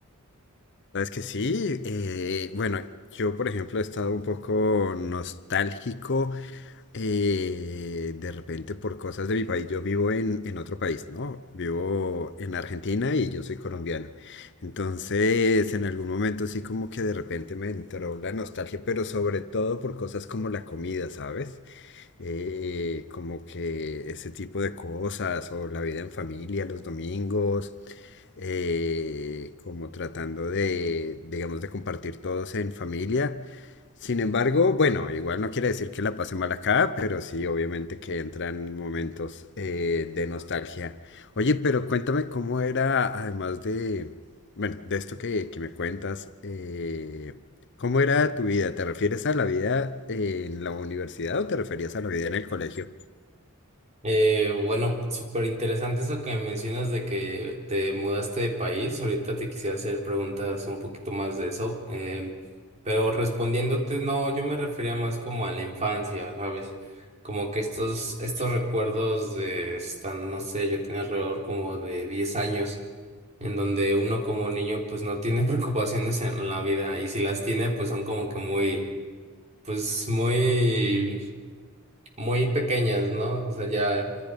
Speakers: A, on the left; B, on the right.
A: sabes que sí. eh, bueno, yo por ejemplo he estado un poco nostálgico eh, de repente por cosas de mi país. Yo vivo en, en otro país, ¿no? Vivo en Argentina y yo soy colombiano. Entonces, en algún momento sí como que de repente me entró la nostalgia, pero sobre todo por cosas como la comida, ¿sabes? eh, como que ese tipo de cosas, o la vida en familia los domingos, eh, como tratando de, digamos, de compartir todos en familia. Sin embargo, bueno, igual no quiere decir que la pase mal acá, pero sí, obviamente que entran momentos eh, de nostalgia. Oye, pero cuéntame cómo era, además de, bueno, de esto que, que me cuentas, eh, ¿Cómo era tu vida? ¿Te refieres a la vida en la universidad o te referías a la vida en el colegio?
B: Eh, bueno, súper interesante eso que mencionas de que te mudaste de país. Ahorita te quisiera hacer preguntas un poquito más de eso. em, pero respondiéndote, no, yo me refería más como a la infancia, ¿sabes? Como que estos, estos recuerdos de, están, no sé, yo tenía alrededor como de 10 años, en donde uno como niño pues no tiene <laughs> preocupaciones en la vida y si las tiene pues son como que muy, pues muy muy pequeñas, ¿no? O sea, ya